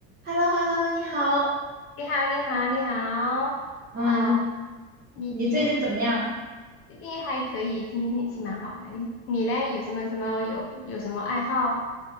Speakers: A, on the right (about 30°); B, on the left (about 40°).
A: h e l l o h e l l o 你好，
B: 你好，你好，你好
A: 嗯，
B: 啊！你你有
A: 你最近怎么样？
B: 最近还可以，今天天气蛮好的。你你嘞，有什么什么有有什么爱好？